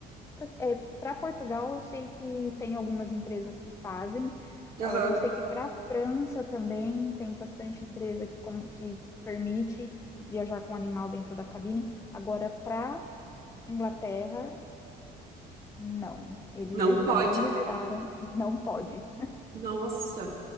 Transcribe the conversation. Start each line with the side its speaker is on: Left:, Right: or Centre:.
Left: é, para Portugal, eu sei que tem algumas empresas que fazem.
Right: Aham.
Left: Ah, eu sei que para a França também tem bastante empresa que, com- que, que permite viajar com animal dentro da cabine. Agora, para Inglaterra, não. Eles
Right: Não
Left: ainda
Right: pode.
Left: não liberaram, não pode.
Right: Nossa.